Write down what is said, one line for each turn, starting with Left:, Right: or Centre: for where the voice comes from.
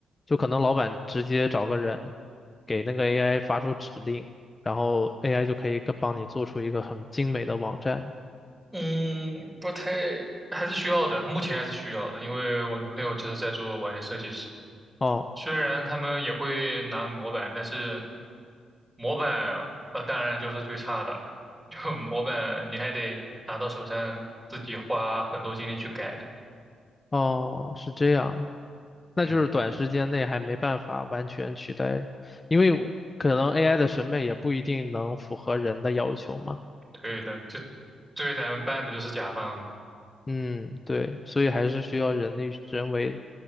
Left: 就可能老板直接找个人给那个 AI 发出指令，然后 AI 就可以帮你做出一个很精美的网站。
Right: 嗯，不太，还是需要的，目前还是需要的，因为我女朋友就是在做网页设计师，
Left: 哦
Right: 虽然他们也会拿模板，但是。模板呃，当然就是最差的了。<laughs> 就模板你还得拿到手上自己花很多精力去改的。
Left: 哦，是这样那就是短时间内还没办法完全取代，
Right: 嗯，
Left: 因为可能 AI 的审美也不一定能符合人的要求嘛。
Right: 对的，这最难办的就是甲方嘛。
Left: 嗯，对，所以还是需要人力人为